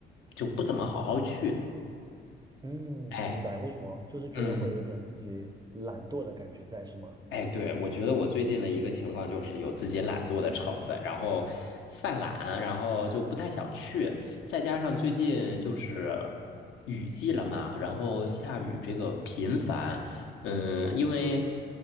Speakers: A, on the left (about 75°); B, on the right (about 20°).
A: 就不怎么好好去。
B: 嗯，
A: 哎，
B: 明白，为什么？就是觉得会有点自己懒惰的感觉在，
A: 嗯。
B: 是吗？
A: 哎，对，我觉得我最近的一个情况就是有自己懒惰的成分，然后犯懒，然后就不太想去，再加上最近就是雨季了嘛，然后下雨这个频繁，嗯，因为